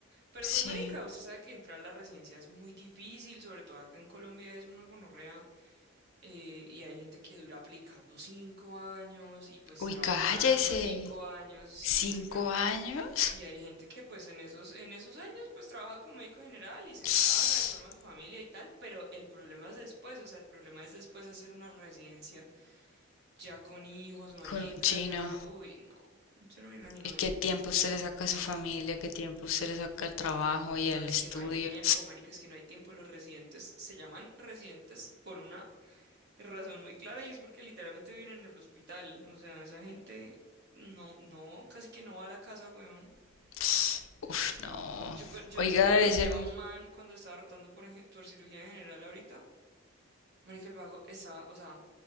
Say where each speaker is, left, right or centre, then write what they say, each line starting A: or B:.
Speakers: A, on the right; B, on the left.
A: Pero
B: sí.
A: pues marica, usted sabe que entrar a la residencia es muy difícil, sobre todo acá en Colombia es una gonorrea eh, y hay gente que dura aplicando cinco años y pues
B: Uy,
A: trabajando
B: cállese.
A: cinco años, sí,
B: ¿Cinco
A: marica.
B: años?
A: Y hay gente que pues en esos, en esos años pues trabaja como médico general y se
B: <sniffs>
A: casa y forma su familia y tal, pero el problema es después, o sea, el problema es después hacer una residencia ya con hijos, marica,
B: Con un chino.
A: ya, uy, no, yo no me imagino
B: ¿Y qué
A: eso.
B: tiempo usted le saca a su familia? ¿Qué tiempo usted le saca al trabajo y
A: No,
B: al
A: es
B: estudio?
A: que no hay tiempo, marica, es que no hay tiempo. Los residentes se llaman residentes por una razón muy clara y es porque literalmente viven en el hospital. O sea, esa gente no, no, casi que no va a la casa, weón.
B: <sniffs> Uf, no.
A: Yo, con- yo
B: Oiga,
A: conocí
B: debe ser...
A: a
B: m-
A: un man cuando estaba rotando por, eje- por cirugía general ahorita. Marica, el vago estaba, o sea,